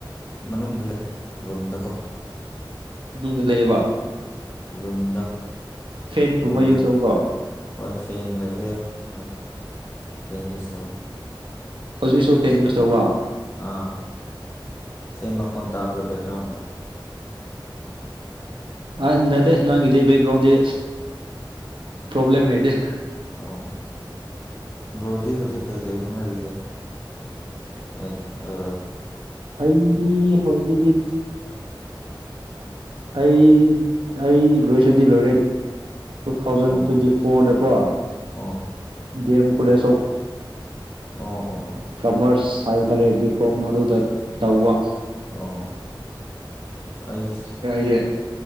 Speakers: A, on the left (about 30°); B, on the right (about 75°).
A: ꯃꯅꯨꯡꯗ ꯂꯩ ꯔꯨꯝꯗꯀꯣ
B: ꯃꯅꯨꯡꯗ ꯂꯩꯑꯕ
A: ꯔꯨꯝꯨꯝꯗ
B: ꯐꯦꯟꯒꯨꯝꯕ
A: ꯔꯨꯝꯗ
B: ꯌꯨꯁ
A: ꯂꯩ
B: ꯇꯧꯕ꯭ꯔꯣ
A: ꯍꯣꯏ ꯐꯦꯟ ꯂꯩ ꯑꯦꯦ ꯍꯣꯏ ꯐꯦꯟ ꯌꯨꯁ ꯇꯧꯋ
B: ꯍꯧꯖꯤꯛꯁꯨ ꯐꯦꯟ ꯅ꯭ꯌꯨꯁ ꯇꯧꯕ
A: ꯑꯥ ꯁꯦꯟ ꯃꯈꯣꯟ ꯇꯥꯕ꯭ꯔꯥ ꯕꯦꯛꯒ꯭ꯔꯥꯎꯟꯗ
B: ꯑ ꯅꯠꯇꯦ ꯅꯪ ꯏꯦ ꯕꯦꯛꯒ꯭ꯔꯥꯎꯟꯦ ꯄ꯭ꯔꯣꯕꯂꯦꯝꯝꯅꯦ ꯏꯗ
A: ꯑꯣ ꯕ꯭ꯔꯣꯗꯤ ꯍꯧꯖꯤꯛ ꯀꯩꯀꯩ ꯍꯣꯠꯅꯔꯤꯒꯦ ꯑ ꯑ
B: ꯑꯩꯗꯤ ꯍꯧꯖꯤꯛꯖꯤꯤ ꯑꯩ ꯑꯩꯗꯤ ꯒ꯭ꯔꯦꯖꯨꯌꯦꯁꯟꯗꯤ ꯂꯣꯏꯔꯦ ꯇꯨ ꯊꯥꯎꯖꯟ
A: ꯑꯣ
B: ꯇ꯭ꯋꯦꯟꯇꯤ ꯐꯣꯔꯗꯀꯣ
A: ꯑꯣ
B: ꯗꯤ ꯑꯦꯝ ꯀꯣꯂꯦꯖ ꯑꯣꯐ
A: ꯑꯣ ꯑꯣ ꯑꯣ
B: ꯀꯃꯔꯁ ꯍꯥꯏꯕ ꯇꯥꯔꯦ ꯕꯤꯛ ꯀꯣꯝ ꯑꯗꯨꯗ ꯇꯧꯕ
A: ꯑꯣ ꯑꯩꯁ
B: ꯌꯦ